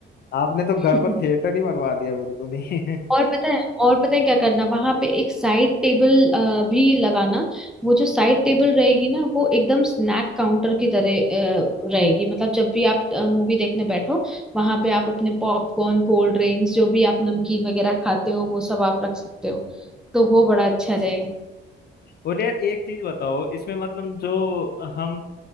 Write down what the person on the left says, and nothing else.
आपने तो घर
को थिएटर ही बनवा दिया बिल्कुल ही <laughs>
और यार एक चीज बताओ इसमें मतलब जो हम